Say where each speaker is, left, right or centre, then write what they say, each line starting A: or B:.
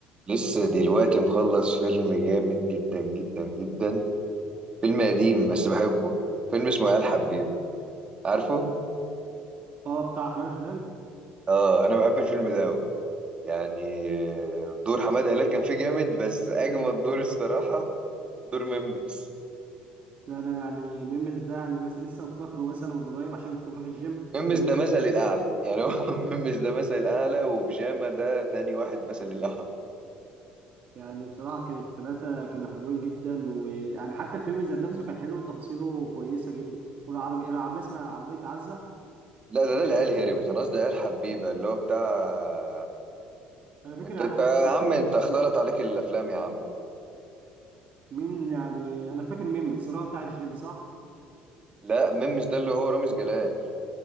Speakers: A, on the right (about 30°); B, on the right (about 50°).
A: لسه دلوقتي مخلص فيلم جامد جدا جدا جدا فيلم قديم بس بحبه فيلم اسمه عيال حبيبة عارفه؟
B: اه بتاع احمد حلال
A: اه انا بحب الفيلم ده قوي يعني آه، دور حمادة هلال كان فيه جامد بس اجمد دور الصراحة دور ممس
B: ده انا يعني ميمز ده يعني مثلا لسه مفتكره مثلا من قريب عشان كنت بروح الجيم
A: ممس
B: بقول
A: ده
B: لهم جيم
A: مثل الاعلى يعني هو <laughs> ممس ده مثل الاعلى وبجامة ده تاني واحد مثل الاعلى
B: يعني بصراحه كانت الثلاثه كانوا حلوين جدا ويعني حتى الفيلم ذات نفسه كان حلو وتفاصيله كويسه جده والعربيه العربيه اسمها عربيه عزه
A: لا ده ده العيال هربت انا قصدي عيال حبيبة اللي هو بتاع
B: انا فاكر
A: انت
B: العيال
A: انت
B: حبيبي
A: يا
B: بس
A: عم
B: مش فاكر
A: انت اختلط عليك الافلام يا عم
B: مين يعني انا فاكر ميمز اللي هو بتاع الجيم صح
A: لا ممس ده اللي هو رامز جلال